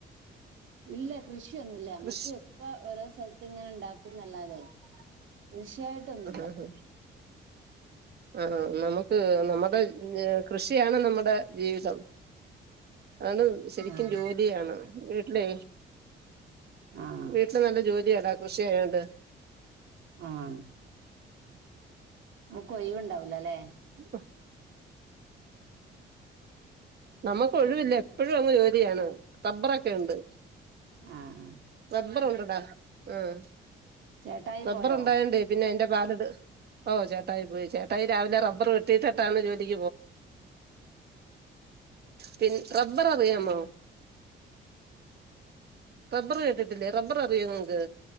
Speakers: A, on the right; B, on the right.
A: ഇല്ല കൃഷിയൊന്നുല്ല നമ്മക്ക്
B: കൃഷി
A: ഇപ്പ ഓരോ സ്ഥലത്ത്ങ്ങനെ ഉണ്ടാക്കും എന്നല്ലാതെ കൃഷിയായിട്ടൊന്നുംല്ല
B: <inaudible> അ ആ നമുക്ക് നമ്മുടെ കൃഷിയാണ് നമ്മുടെ ജീവിതം ആണ് ശരിക്കും
A: ആഹ്
B: ജോലിയാണ് വീട്ടിലേ
A: ആഹ്
B: വീട്ടില് നല്ല ജോലിയാടാ കൃഷി ആയോണ്ട്
A: ആഹ് അപ്പൊയിവ് ഉണ്ടാവൂല ലേ
B: <unintelligible> നമുക്ക് ഒഴിവില്ല എപ്പഴും അങ്ങ് ജോലിയാണ് തബ്ബറൊക്കെ ഉണ്ട്
A: ആഹ്
B: റബ്ബറൊണ്ട് ടാ ഉം
A: ചേട്ടായി
B: റബ്ബർ
A: പോയോ
B: ഒണ്ടായോണ്ടേ പിന്നെ അയ്ന്റെ പാലെട് ഓ ചേട്ടായി പോയി ചേട്ടായി രാവിലെ റബ്ബർ വെട്ടിയിട്ടട്ടാണ് ജോലിക്ക് <unintelligible> പി റബ്ബർ അറിയാമോ റബർ കേട്ടിട്ടില്ലേ റബ്ബർ അറിയോ നിങ്ങക്ക്